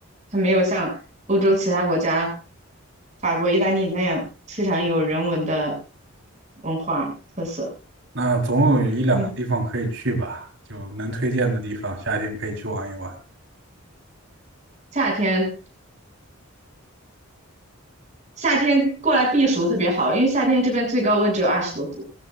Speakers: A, on the right; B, on the right.
A: 它没有像欧洲其他国家，法国、意大利那样非常有人文的文化特色。
B: 那总有一两个地方可以去吧，
A: 嗯，
B: 就能推荐的地方，夏天可以去玩一玩。
A: 夏天夏天过来避暑特别好，因为夏天这边最高温只有二十多度。